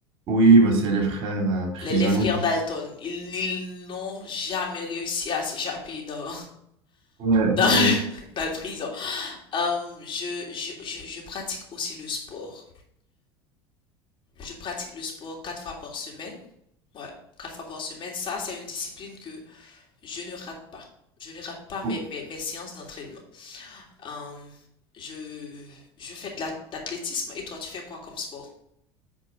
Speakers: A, on the right (about 50°); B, on the left (about 40°).
A: Oui, bah, c'est les frères euh, prisonniers.
B: Les, les frères
A: hein.
B: Dalton, ils, ils n'ont jamais réussi à s'échapper dans,
A: Ouais,
B: dans,
A: ouais.
B: <laughs>
A: je-
B: dans le prison. Euh, je, je, je, je pratique aussi le sport. Je pratique le sport quatre fois par semaine. Ouais, quatre fois par semaine. Ça, c'est une discipline que je ne rate pas. Je ne rate pas
A: bon,
B: mes, mes, mes séances d'entraînement. Euh, je, je fais de l'athlétisme. Et toi, tu fais quoi comme sport?